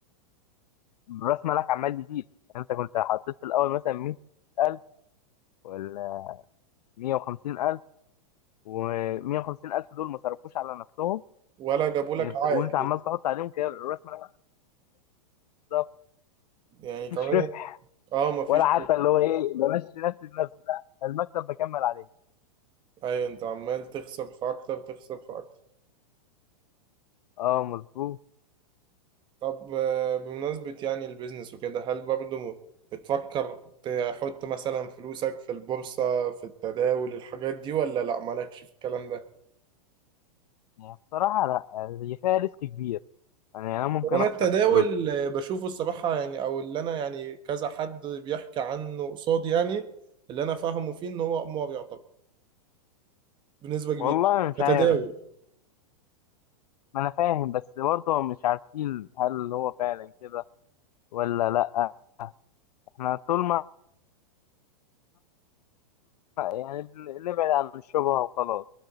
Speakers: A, on the left (about 80°); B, on the right (about 25°).
A: راس مالك عمال يزيد يعني انت كنت حطيت في الاول مثلا 100000 ولا 150000 و150000 دول ما صرفوش على نفسهم
B: ولا جابوا لك
A: انت- وانت
B: عائد
A: عمال
B: لسه
A: تحط عليهم كده راس مالك بالظبط
B: يعني كمان
A: مفيش ربح
B: اه مفيش
A: ولا حتى اللي هو ايه بمشي نفسي بنفسي لا المكسب بكمل عليه
B: ايوه انت عمال تخسر في اكتر تخسر في اكتر
A: اه مظبوط
B: طب آه، بمناسبة يعني البيزنس وكده هل برضو بتفكر تحط مثلا فلوسك في البورصة في التداول الحاجات دي ولا لا مالكش في الكلام ده
A: يعني بصراحة لا هي فيها ريسك كبير يعني انا ممكن
B: وانا
A: اخسر
B: التداول
A: فلوسي
B: آه، بشوفه الصراحة يعني او اللي انا يعني كذا حد بيحكي عنه قصادي يعني اللي انا فاهمه فيه ان هو قمار يعتبر بنسبة كبيرة
A: والله
B: يعني
A: مش
B: كتداول
A: عارف ما انا فاهم بس برضه مش عارفين هل هو فعلا كده ولا لا احنا طول ما يعني بن- نبعد عن الشبهة وخلاص